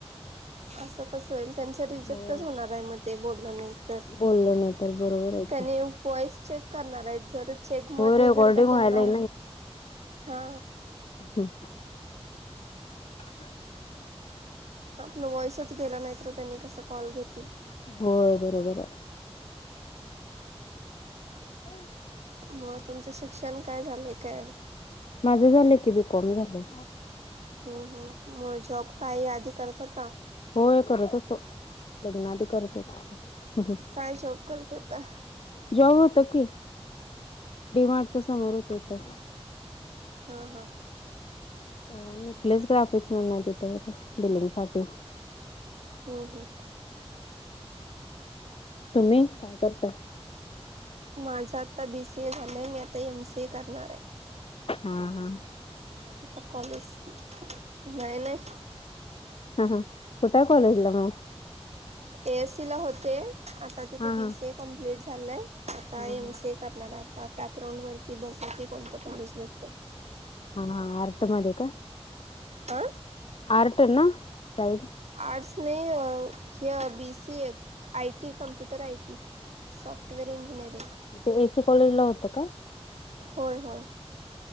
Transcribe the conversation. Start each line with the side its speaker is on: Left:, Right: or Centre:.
Right: असं कसं होईल त्यांचा रिजेक्टच
Left: हो
Right: होणार आहे मग ते बोल नाहीत.
Left: बोललं नाही
Right: <inaudible>
Left: तर बरोबर आहे की
Right: त्यानी वॉइस चेक करणार आहेत जर चेक मध्ये
Left: हो रेकॉर्डिंग
Right: जर का
Left: व्हायलाय
Right: त्यांना, हा.
Left: हम्. <unintelligible>
Right: आपलं वॉइसच गेला नाही तर त्यांनी कस कॉल घेतील.
Left: हो बरोबर आहे. <inaudible> <unintelligible>
Right: मग तुमचं शिक्षण काय झालंय काय?
Left: माझं झालं की बी कॉम झालाय.
Right: हम्म हम् मग जॉब काही आधी करत होता?
Left: होय करत होतो <inaudible> लग्नाआधी करत होतो.
Right: काय जॉब करत होता?
Left: जॉब होत की <inaudible> डी मार्टच्या समोरच होता.
Right: हा-हा.
Left: न्युक्लियस ग्राफिक्स म्हणुन आहे तिथं बघा बिलिंग साठी.
Right: हम- हम.
Left: तुम्ही? करताय
Right: माझं आता बी सी ए झालंय मी आता एम सी ए करणार आहे.
Left: हम् -हम्.
Right: आता कॉलेज? नाही-नाही.
Left: हम् -हम् कुठाय कॉलेजला मग?
Right: ए एससीला होते आता तिथे
Left: हा
Right: बी
Left: हा
Right: सी ए कम्प्लीट झालंय आता
Left: हा
Right: एम सी ए करणार, आता कॅपराऊंड वरती बघु की कोणतं कॉलेज भेटतय.
Left: हा -हा आर्टमध्ये काय?
Right: अ?
Left: आर्ट ना साईड.
Right: आर्ट्स नाही हो. य B C A, I T computer I T, software engineering
Left: म ते ए च कॉलेजला होतं का?
Right: होय होय.